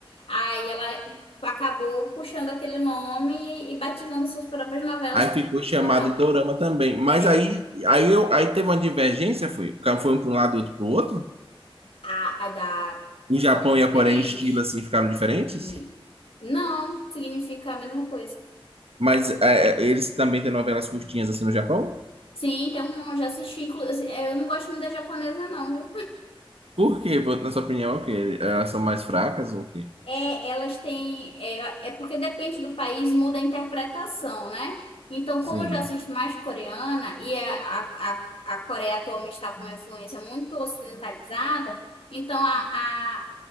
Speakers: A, on the left; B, on the right.
A: Aí ela acabou puxando aquele nome e, e batizando suas próprias novelas
B: Aí
A: como
B: ficou chamado
A: dorama.
B: de dorama também. Mas
A: É.
B: aí, aí, eu, aí teve uma divergência, foi? um, Foi um para um lado e outro para o outro?
A: A, a da
B: O Japão
A: Coreia é diferente.
B: e a Coreia em estilo assim ficaram diferentes?
A: E não, significa a mesma coisa.
B: Mas é, é, eles também têm novelas curtinhas assim no Japão?
A: Sim, tem um monte. Já assisti, inclusive. Eu não gosto muito da japonesa, não,
B: Por quê? Vo- Na sua opinião, é o quê? Elas são mais fracas ou o quê?
A: É, elas têm. É, é porque depende do país, muda a interpretação, né? Então,
B: Sim,
A: como eu já assisto mais coreana e a, a, a, a Coreia atualmente está com uma influência muito ocidentalizada, então a, a,